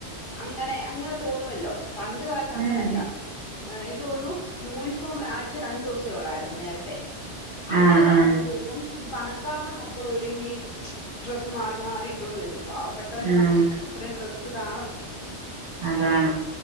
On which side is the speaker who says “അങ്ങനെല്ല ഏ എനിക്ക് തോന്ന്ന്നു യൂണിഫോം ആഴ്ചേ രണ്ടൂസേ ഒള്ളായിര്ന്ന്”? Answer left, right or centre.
Left